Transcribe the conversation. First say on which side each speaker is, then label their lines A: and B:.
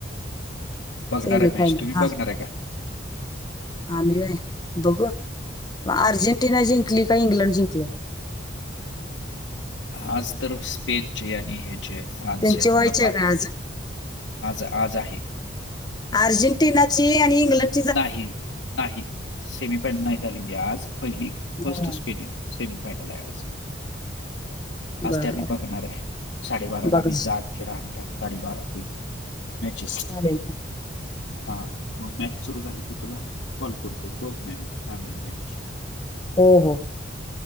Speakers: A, on the left; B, on the left.
A: बघणार
B: सेमीफायनल
A: आहे मॅच. तुम्ही
B: हा
A: बघणार आहे का?
B: आम्ही बघू अर्जेंटिना जिंकली का इंग्लंड जिंकलं?
A: आज तर स्पेनचे आणि हे ज फ्रान्सचे
B: त्यांचे व्हायचे
A: मला बाकी
B: का आज
A: आज आज आहे.
B: अर्जेंटिनाची आणि इंग्लंड
A: नाही नाही सेमीफायनल नाही झालेली आज पहिली फर्स्ट
B: बर
A: स्पेनत सेमीफायनल आहे आज
B: बर
A: आज ते आम्ही बघणार आहे साडेबारा ला
B: बघ
A: मी जागे राहणार आहे साडेबारा ते मॅचेस
B: चाले
A: हा मग मॅच सुरू झाली की तुला कॉल करतो बघ मॅच छान आहे मॅच
B: हो हो